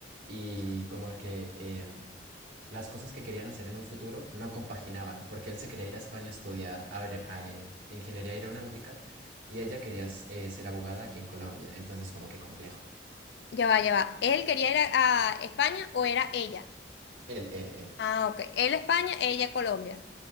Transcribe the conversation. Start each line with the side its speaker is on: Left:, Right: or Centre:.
Right: y como que em, las cosas que querían hacer en un futuro no compaginaban, porque él se quería ir a España a estudiar aer- a, eh, ingeniería aeronáutica y ella quería s- eh, ser abogada aquí en Colombia. Entonces, como que complejo.
Left: Ya va, ya va. ¿Él quería ir a, a España o era ella?
Right: Él, él, él.
Left: Ah, ok. Él España, ella Colombia.